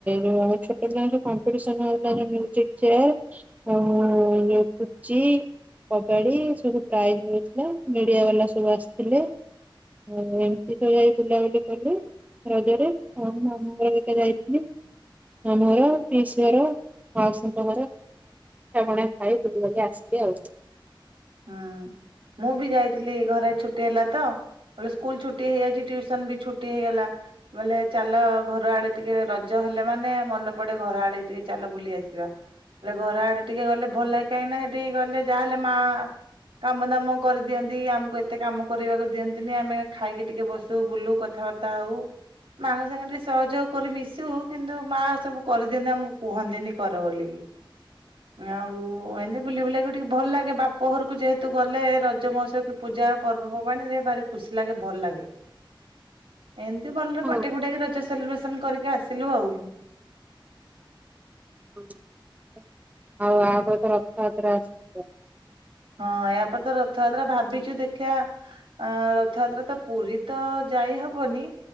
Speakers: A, on the right; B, on the right.
A: ଯୋଉ ଛୋଟ ପିଲାଙ୍କ କମ୍ପିଟେସନ ହୋଉଥିଲା ଯୋଉ ମ୍ୟୁଜିକ ଚେୟାର ଆଉ ଯଉ ପୁଚି କବାଡି ସବୁ ପ୍ରାଇଜ ମିଳିଥିଲା ମିଡିଆ ବାଲା ସବୁ ଆସିଥି <unintelligible> ଲେ ଏମିତି ବୁଲାବୁଲି କଲେ ରଜରେ ମାମୁଁ ଘର ହେରିକା ଯାଇଥିଲି ମାମୁଁ ଘର, ପିଇସି ଘର, ମାଉସୀଙ୍କ ଘର ଖାଇ ବୁଲିବୁଲା କି ଆସିଲି ଆଉ। <unintelligible>
B: ହୁଁ ମୁଁ ବି ଯାଇଥିଲି ଘରେ ଛୁଟି ହେଲା ତ ବୋଲେ ସ୍କୁଲ ଛୁଟି ହେଇଯାଇଚି ଟ୍ୟୁସନ ବି ଛୁଟି ହେଇଗଲା ବୋଇଲେ ଚାଲ ଘର ଆଡେ ଟିକେ ରଜ ହେଲେ ମାନେ ମନେ ପଡେ ଘର ଆଡେ ଟିକେ ଚାଲ ବୁଲି ଆସିବା ବଲେ ଘର ଆଡେ ଟିକେ ଗଲେ ଭଲ କାହିଁକି ନା ହେ ଟିକେ ଗଲେ ଯାହା ହେଲେ ମା କାମ ଦାମ କରିଦିଅନ୍ତି ଆମକୁ ଏତେ କାମ କରିବାକୁ ଦିଅନ୍ତିନି ଆମେ ଖାଇକି ଟିକେ ବସୁ ବୁଲୁ କଥାବାର୍ତ୍ତା ହଉ ମାଙ୍କ ସାଙ୍ଗ ଟିକେ ସହଯୋଗ କରି ମିଶୁ କିନ୍ତୁ ମା ସବୁ କରିଦିଅନ୍ତି ଆମକୁ କୁହନ୍ତିନି କର ବୋଲିକି। ଆଉ ଏମିତ ବୁଲିବୁଲା କି ଟିକେ ଭଲ ଲାଗେ ବା ପ ଘରକୁ ଯେହେତୁ ଗଲେ ରଜ ମହୋତ୍ସବ କି ପୂଜା ପର୍ବପର୍ବାଣୀ ରେ ଭାରି ଖୁସି ଲାଗେ ଭଲ ଲାଗେ। ଏମିତି ଭଲରେ
A: ହଁ
B: କଟି କୁଟାକି ରଜ ସେଲିବ୍ରେସନ କରିକି ଆସିଲୁ ଆଉ।
A: <unintelligible> ଆଉ ଆଉ କଣ କୁହ। ତାପରେ ଆସୁ ଜିବା।
B: ହଁ ୟା ପରେ ତ ରଥଯାତ୍ରା ଭାବିଚି ଦେଖିଆ ରଥଯାତ୍ରା ତ ପୁରୀ ତ ଯାଇ ହବନି